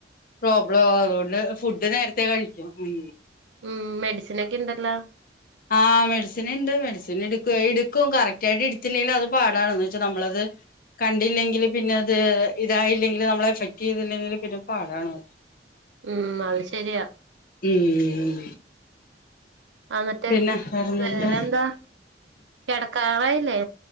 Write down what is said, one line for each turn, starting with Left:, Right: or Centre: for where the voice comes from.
Left: പ്രോബ്ലം ആവു അതോണ്ട് ഫുഡ് നേരത്തെ കഴിക്കും ഉം
Right: ഉം മെഡിസിനൊക്കെയിണ്ടല്ലോ
Left: ആഹ് മെഡിസിൻണ്ട് മെഡിസിൻ ടുകൊ ഇടുക്കും കറക്റ്റായിട്ട് ഇതില്ലേൽ അത് പാടാണെന്ന് വെച്ച് നമ്മളത്. കണ്ടില്ലെങ്കിൽ പിന്നെ അത് ഇതായില്ലെങ്കില് നമ്മളെ എഫക്ട് യ്തില്ലെങ്കില് പിന്നെ പാടാണത്
Right: ഉം അത് ശരിയാ
Left: ഉം
Right: അന്നട്ട്
Left: പിന്നെ വേറെന്തുണ്ട്
Right: വേറെ എന്താ കെടക്കാറായില്ലേ